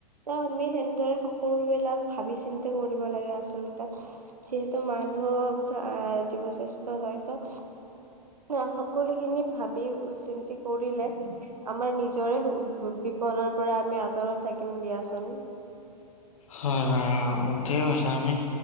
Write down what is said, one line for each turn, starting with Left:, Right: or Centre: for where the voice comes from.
Right: ত আমি সেনেদৰে সকলো বিলাক ভাবি চিন্তি কৰিব লাগে আচলতে। যিহেতু মানুহ জীৱ শ্ৰেষ্ঠ হয়ত। অ সকলোখিনি ভাবি চিন্তি কৰিলে। আমাৰ নিজৰে বিপদৰ পৰা আমি আঁতৰত থাকিম দিয়াচোন।
Left: হয় হয় আৰু ঠিকে কৈছা আমি